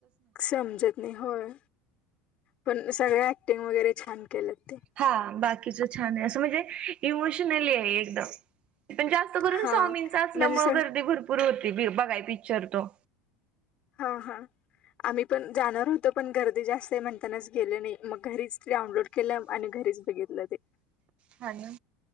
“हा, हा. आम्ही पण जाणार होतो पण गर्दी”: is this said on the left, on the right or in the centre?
Left